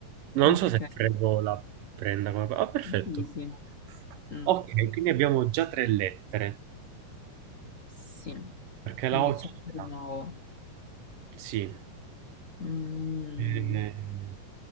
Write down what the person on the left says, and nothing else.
Ok,
quindi sì. Mm.
Sì,
quindi
c'è
pure nuovo.
Mm,